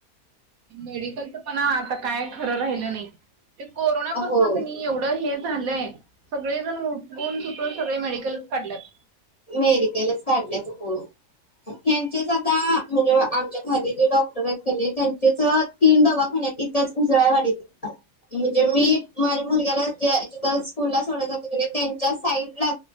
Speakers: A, on the right (about 65°); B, on the left (about 35°).
A: मेडिकलच पण आतां काय खरं राहिलं नाही. ते कोरोनापासन
B: होय
A: क नाही एवढं हे झालंय सगळे जण उठून सुटून सगळे मेडिकलच काढल्यात
B: मेडिकलच काढल्यात गं थॅक्यू काका म्हणजे आमच्या खाली जे डॉक्टर आहेत की नाही त्यांचेच तीन दवाखान्यात तिथंच उजळ्यावाडीत
A: <inaudible>
B: <unintelligible> मी माझ्या मुलग्याला जे जिथं स्कूलला सोडायला जातोय की नाही त्यांच्या साईडला